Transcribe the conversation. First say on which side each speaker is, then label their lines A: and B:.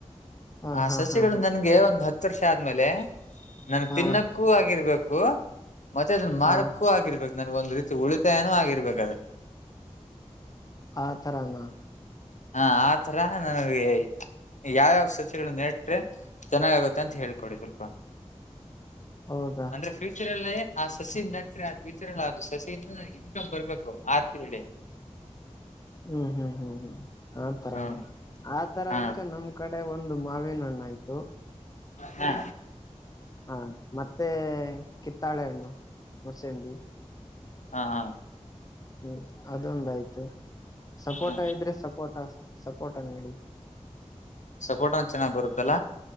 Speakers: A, on the left; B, on the left.
A: ಹಾ
B: ಆ
A: ಹಾ
B: ಸಸಿಗಳು
A: ಹಾ ಹಾ
B: ನನ್ಗೆ ಒಂದು್ ಹತ್ತು ಹತ್ತ ವರ್ಷ ಆದ್ಮೇಲೆ ನನ್ು ತಿನ್ನಕ್ಕೂ
A: ಹಾ
B: ಆಗಿರ್ಬೇಕು ಮತ್ತ ಮಾರ್ಕು
A: ಹಾ
B: ಆಗಿರ್ಬೇಕು ನನ್ಗೊಂದ್ ರೀತಿ ಉಳಿತಾಯಏನೂ ಆಗಿರ್ಬೇಕ ಅದ
A: ಹಾ ತರಾಮ
B: ಹಾ ಆ ತರ ನನಗೆ ಯಾವ್ಯಾವ ಸಸಿಗಳ ನೆಟ್ರೆ ಚೆನ್ನಾಗ ಆಗುತ್ತೆ ಅಂತ ತ ಹೇಳ್ಕೊಡಿ ಸ್ವಲ್ಪ
A: ಹೌದಾ
B: ಅಂದ್ರೆ ಫ್ಯೂಚರ್ ಅಲ್ಲಿ ಹಾ <inaudible> ವಿಚಾರಲ ಸಸಿಯಿಂದ ಇನ್ಕಮ್ ಬರ್ಬೇಕು ಆರ್ ತಿಳ್ಳಿ
A: ಹ್ಮ್ ಹ್ಮ್ ಹ್ಮ್ ಹ್ಮ್ ಆತರ
B: ಹ್ಮ
A: ಆತರ
B: ಹಾ
A: ಅಂದ್ರೆ ನಮ್ ಕಡೆ ಒಂದು ಮಾವಿನ ಹಣ್ಣ ಆಯ್ತು
B: ಹಾ
A: ಹಾ ಮತ್ತೆ ಕಿತ್ತಾಳೆಹಣ್ಣು ಮುಸಂಬಿ
B: ಹಾ ಹಾ
A: ಹ್ಮ್ ಅದೊಂದಯ್ತು ಸಪೋರ್ಟ
B: ಹಾ
A: ಇದ್ರೆ ಸಪೋರ್ಟ ಸಪೋರ್ಟ ನಡಿ
B: ಸಪೋರ್ಟ್ಂದ ಚೆನ್ನಾಗಿ್ ಬರುತ್ತಲ್ಲ